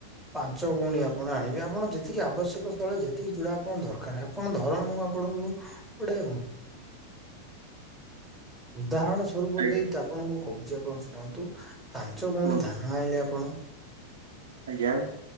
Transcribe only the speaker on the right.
ଆଜ୍ଞା
କୁହନ୍ତୁ
ଆଜ୍ଞା।